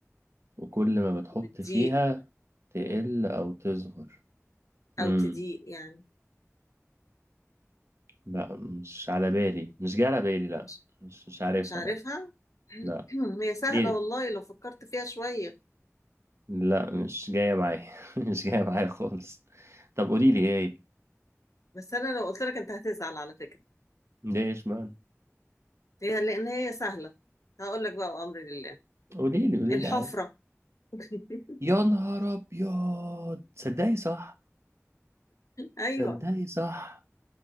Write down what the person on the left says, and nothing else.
وبتضيق
مم.
او
تضيق يعني
مش
مش عارفها
<clears throat> هي سهلة
والله لو فكرت فيها شوية
بس انا لو قلت لك انت هتزعل على فكرة
هي لان هي سهلة هقول لك بقى وامر لله
الحفرة
<laughs>
أيوة